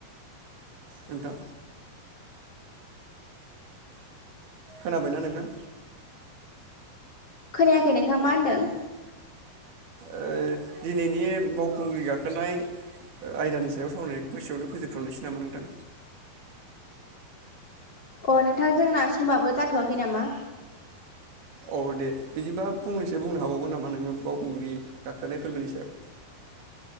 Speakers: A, on the right (about 70°); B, on the left (about 30°).
A: नोंथां? खोनाबायना नोंथां?
B: खोनायाखै नोंथां मा होनदों?
A: ओ दिनैनि बावखुंग्रि गाखोनाय आयदानि सायाव सावरायनायखौ एसेयावनो फोजोबथ'नोसै नामा नोंथां?
B: अ नोंथां जोंना समाबो जाथ'वाखै नामा?
A: औ दे बिदिबा फंनैसो बुंनो हाबावगोन नामा नोङो बावखुंग्रि गाखोनाय फोरबोनि सायाव?